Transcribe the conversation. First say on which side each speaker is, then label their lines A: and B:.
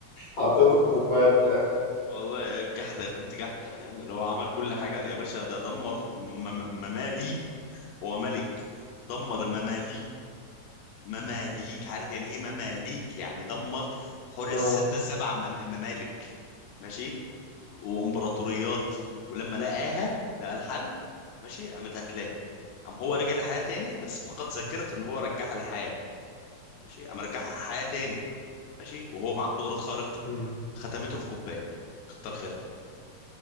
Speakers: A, on the left; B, on the left.
A: حطيته في كوباية في الآخر
B: والله آه، جحدة يا بنت جحدة فاهم اللي هو عمل كل حاجة يا باشا ده دمر م- م- مماليك هو ملك دمر مماليك مماليك عارف يعني ايه مماليك يعني دمر حوالي
A: آه
B: الست سبع مم- ممالك ماشي وامبراطوريات ولما لقاها لقى الحل ماشي قامت هتلاه قام هو رجع للحياة تاني بس فقد ذاكرة ان هو رجعها للحياة ماشي قام رجعها حياة تاني ماشي وهو معاه قدرات خارقة
A: امم
B: ختمته في كوباية كتر خيرها